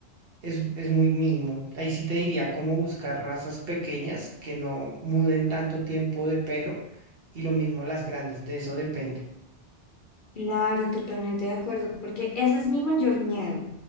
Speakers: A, on the right; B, on the left.
A: es, es muy mínimo. Ahí sí te diría cómo buscar razas pequeñas que no muden tanto tiempo de pelo y lo mismo las grandes, de eso depende.
B: Claro, totalmente de acuerdo, porque ese es mi mayor miedo,